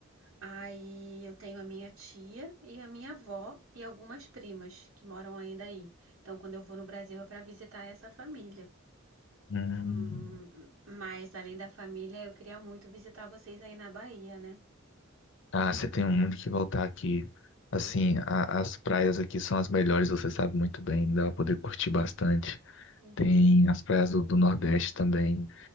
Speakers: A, on the right; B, on the left.
A: Aí eu tenho a minha tia e a minha avó e algumas primas que moram ainda aí. Então, quando eu vou no Brasil é para visitar essa família.
B: Hum.
A: Hum, Mas além da família, eu queria muito visitar vocês aí na Bahia, né?
B: Ah, você tem muito que voltar aqui. Assim,
A: Uhum,
B: a- as praias aqui são as melhores, você sabe muito bem, dá pra poder curtir bastante.
A: uhum,
B: Tem as praias do, do Nordeste também.